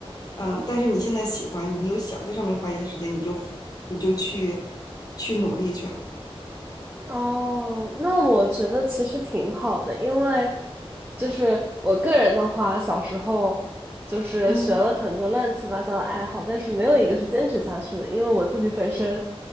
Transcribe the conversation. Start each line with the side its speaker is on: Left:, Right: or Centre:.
Left: 嗯、呃但是你现在喜欢，你又想在上面花一些时间，你就你就去去努力去啊
Right: 哦，那我觉得其实挺好的，因为就是我个人的话，小时候就是学了很多乱七八糟的爱好，
Left: 嗯
Right: 但是没有一个是坚持下去的，因为我自己本身